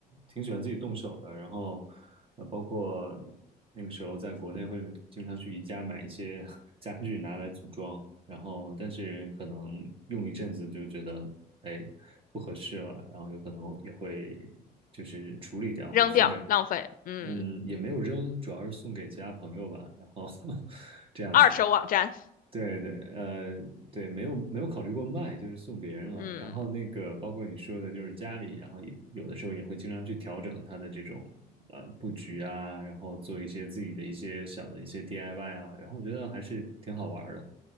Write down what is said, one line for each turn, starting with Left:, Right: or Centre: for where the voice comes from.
Right: 挺喜欢自己动手的，然后呃，包括那个时候在国内会经常去宜家买一些 <laughs> 家具拿来组装，然后但是可能用一阵子就觉得哎不合适了，然后有可能也会就是处理掉或者送给
Left: 扔掉，浪费，嗯，
Right: 嗯也没有扔，主要是送给其他朋友吧，然后 <laughs> 这样子。
Left: 二手网站，
Right: 对对，呃，对，没有没有考虑过卖，就是送别人了。
Left: 嗯，
Right: 然后那个包括你说的，就是家里，然后也有的时候也会经常去调整它的这种呃布局啊，然后做一些自己的一些小的一些 DIY 啊，然后我觉得还是挺好玩儿的。